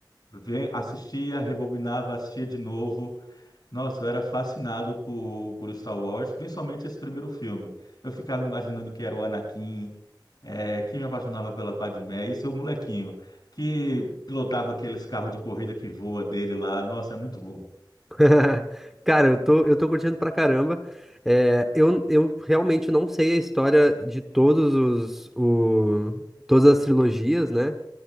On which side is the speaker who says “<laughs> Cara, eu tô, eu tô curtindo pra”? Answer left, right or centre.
Centre